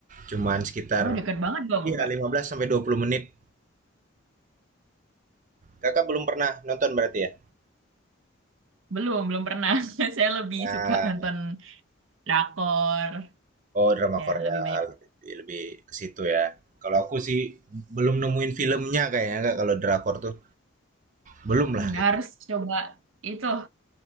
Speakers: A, on the right; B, on the right.
A: cuman sekitar
B: Oh, deket banget dong,
A: ya
B: Kak.
A: lima belas sampai dua puluh menit kakak belum pernah nonton berarti ya
B: Belum, belum pernah. <laughs> Saya lebih
A: nah
B: suka nonton drakor
A: oh drama
B: ya
A: Korea
B: lebih banyak
A: lebih, lebih ke situ ya kalau aku sih belum nemuin filmnya kayaknya Kak, kalau drakor tuh belum lah
B: Hmm,
A: gitu
B: harus coba itu